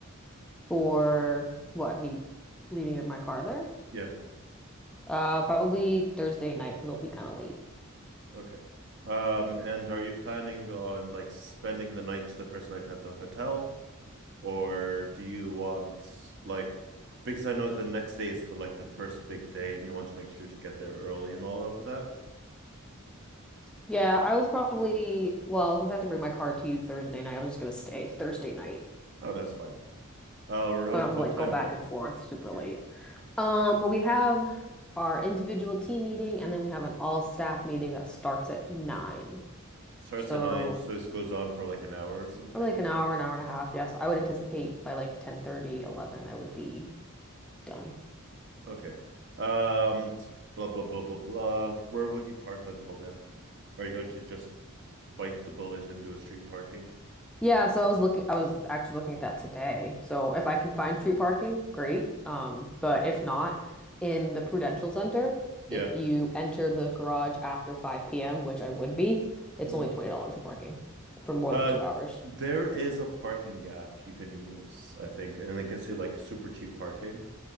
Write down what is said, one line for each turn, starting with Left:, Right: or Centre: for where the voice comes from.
Centre: For what, me leaving in my car there?
Right: Yeah.
Centre: Uh, probably Thursday night, but it'll be kind of late.
Right: Okay. Um, and are you planning on like spending the night, the first night at the hotel? Or do you want like because I know the next day is the like the first big day and you want to make sure to get there early and all of that?
Centre: Yeah, I was probably, well, since I have to bring my car to you Thursday night, I was just gonna stay Thursday night. So
Right: Oh, that's fine. Uh, around
Centre: I don't have
Right: what
Centre: to like
Right: time
Centre: go back
Right: though? Like,
Centre: and forth super
Right: yeah.
Centre: late. Um, well, we have our individual team meeting, and then we have an all staff meeting that starts at nine.
Right: Starts
Centre: So
Right: at nine, so this goes on for like an hour or something.
Centre: probably like an hour, an hour and a half. Yeah, so I would anticipate by like ten thirty, eleven, I would be done.
Right: Okay. Um, t- blah blah blah blah blah. Where would you park until then? Are you going to just bite the bullet and do a street parking?
Centre: Yeah, so I was looking, I was actually looking at that today. So if I can find street parking, great. Um, but if not, in the Prudential Center,
Right: Yeah.
Centre: if you enter the garage after 5 p.m., which I would be, it's
Right: Mhm.
Centre: only $20 for parking for more
Right: Uh,
Centre: than two hours.
Right: there is a parking app you can use, I think, and it gets you like super cheap parking.